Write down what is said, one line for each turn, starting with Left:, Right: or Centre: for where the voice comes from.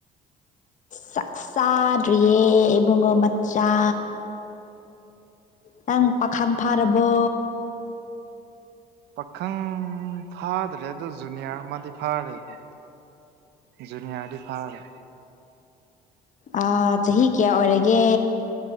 Left: ꯆꯥꯛ ꯆꯥꯗ꯭ꯔꯤꯌꯦ ꯏꯕꯨꯡꯉꯣ ꯃꯆꯥ ꯅꯪ ꯄꯥꯈꯪ ꯐꯥꯔꯕꯣ
Right: ꯄꯥꯈꯪ ꯐꯥꯗ꯭ꯔꯦ ꯑꯗꯣ ꯖꯨꯅꯤꯌꯔ ꯑꯃꯗꯤ ꯐꯥꯔꯦꯕꯣ ꯖꯨꯅꯤꯌꯔ ꯗꯤ ꯐꯥꯔꯦ
Left: ꯑꯥ ꯆꯍꯤ ꯀꯌꯥ ꯑꯣꯏꯔꯒꯦ